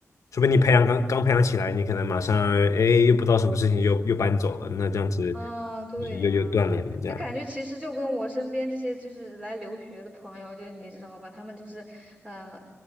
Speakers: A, on the left; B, on the right.
A: 除非你培养刚刚培养起来，你可能马上哎又不知道什么事情又又搬走了，那这样子
B: 啊，对呀，
A: 就是又又断联了这样，
B: 这感觉其实就跟我身边这些就是来留学的朋友，就你知道吧，他们就是呃，